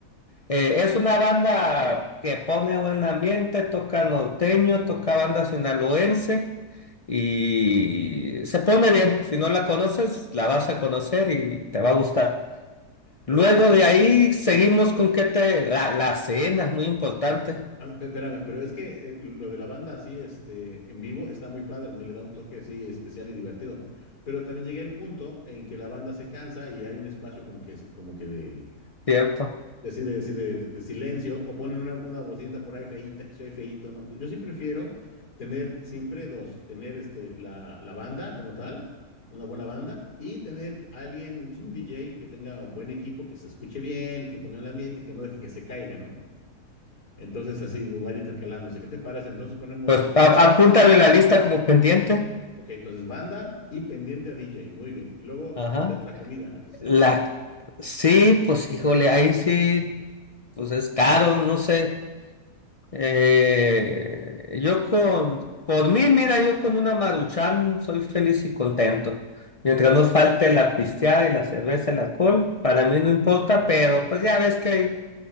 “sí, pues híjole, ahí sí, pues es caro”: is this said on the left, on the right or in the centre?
Left